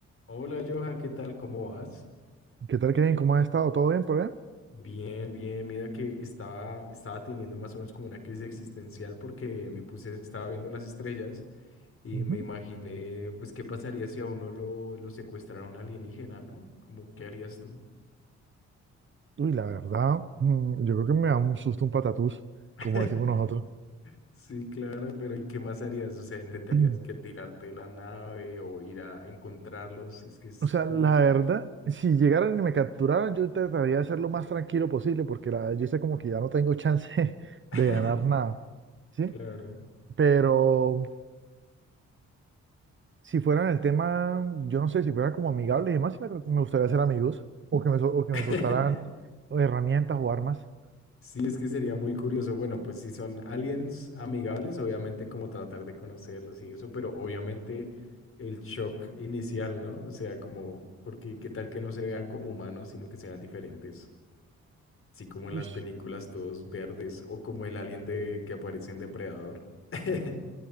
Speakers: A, on the left (about 50°); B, on the right (about 40°).
A: Hola Johan, ¿qué tal? ¿Cómo vas?
B: ¿Qué tal, Kevin? ¿Cómo has estado? ¿Todo bien por allá?
A: Bien, bien. Mira que estaba, estaba teniendo más o menos como una crisis existencial porque me puse, estaba viendo las estrellas y
B: Ujú.
A: me imaginé, pues, qué pasaría si a uno lo, lo secuestrara un alienígena, ¿no? Como, ¿qué harías tú?
B: Uy, la verdad, mm, yo creo que me da un susto un patatús,
A: <laughs>
B: como decimos nosotros.
A: Sí, claro, pero ¿y qué más harías? O sea, ¿intentarías
B: Mm.
A: que tirarte de la nave o ir a encontrarlos? Es que es
B: O sea,
A: curioso.
B: la verdad, si llegaran y me capturaran, yo trataría de ser lo más tranquilo posible, porque la, yo sé como que ya no tengo chance <laughs>
A: <laughs>
B: de ganar nada, ¿sí?
A: Claro.
B: Pero si fueran el tema, yo no sé, si fueran como amigables y demás, sí me, me gustaría ser amigos, o que me, sol- o que
A: <laughs>
B: me soltaran herramientas o armas.
A: Sí, es que sería muy curioso. Bueno, pues si son aliens amigables, obviamente como tratar de conocerlos y eso, pero obviamente el shock inicial, ¿no? O sea, como, porque qué tal que no se vean como humanos, sino que sean diferentes. Así como en
B: Uy,
A: las películas todos verdes o como el alien de que aparece en Depredador. <laughs>